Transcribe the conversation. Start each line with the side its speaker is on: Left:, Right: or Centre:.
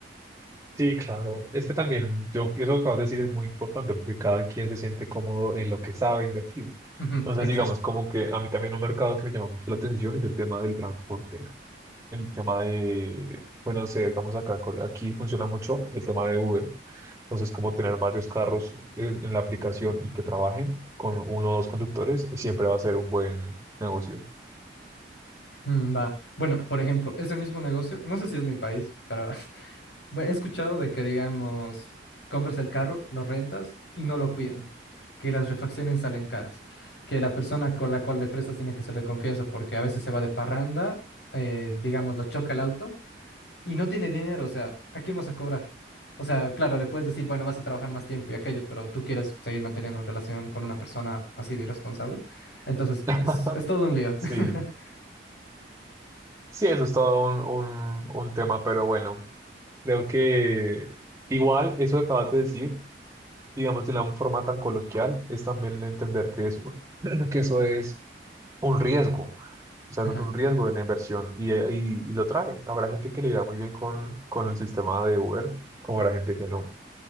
Right: Sí, claro. Es que también, yo, eso que acabas de decir es muy importante porque cada quien se siente cómodo en lo que sabe invertir.
Left: Ujú,
Right: Entonces,
Left: exacto.
Right: digamos, como que a mí también un mercado que me llama mucho la atención es el tema del transporte. El tema de, bueno, no sé, digamos acá, en Col- aquí funciona mucho el tema de Uber. Entonces, como tener varios carros eh, en la aplicación y que trabajen con uno o dos conductores, siempre va a ser un buen negocio.
Left: Mm, va. Bueno, por ejemplo, ese mismo negocio, no sé si es mi país, pero <laughs> bu- he escuchado de que, digamos, compras el carro, lo rentas y no lo cuidan, que las refacciones salen caras, que la persona con la cual le prestas tiene que ser de confianza porque a veces se va de parranda, eh, digamos, lo choca el auto y no tiene dinero, o sea, ¿a quién vas a cobrar? O sea, claro, le puedes decir, bueno, vas a trabajar más tiempo y aquello, pero tú quieres seguir manteniendo relación con una persona así de irresponsable. Entonces,
Right: <laughs>
Left: es, es todo un lío. <laughs>
Right: Sí, sí, eso es todo un, un, un tema, pero bueno. Creo que igual eso que acabas de decir, digamos de la forma tan coloquial, es también entender que eso, <clears throat> que eso es un riesgo, o sea,
Left: Ajá.
Right: eso es un riesgo de la inversión y, eh, y- y lo trae. Habrá gente que le irá muy bien con, con el sistema de Uber, como habrá gente que no.